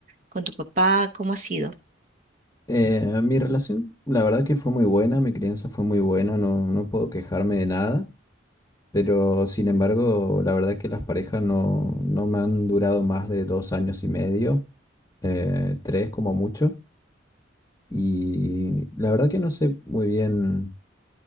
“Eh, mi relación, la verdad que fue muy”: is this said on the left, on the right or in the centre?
Left